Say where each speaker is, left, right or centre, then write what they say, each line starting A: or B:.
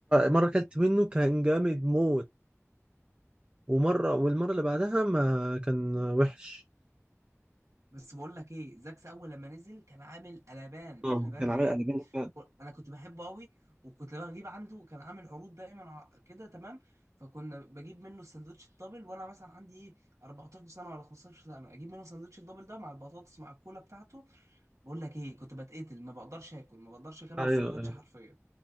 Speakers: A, on the right; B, on the right.
A: مره اكلت منه كان جامد موت ومره والمره اللي بعدها ما كان وحش
B: بس بقول لك ايه زاكس اول لما نزل كان عامل قلبان
A: آه،
B: قلبان
A: كان
B: بجد
A: عامل قلبين فعلا.
B: و- انا كنت بحبه قوي وكنت بجيب عنده كان عامل عروض دايما ع- كده تمام فكنا بجيب منه السندوتش الدبل وانا مثلا عندي ايه 14 سنه ولا 15 سنه اجيب منه السندوتش الدبل ده مع البطاطس مع الكولا بتاعته بقول لك ايه كنت بتقتل ما بقدرش اكل ما بقدرش اكمل
A: ايوه
B: السندوتش
A: ايوه
B: حرفيا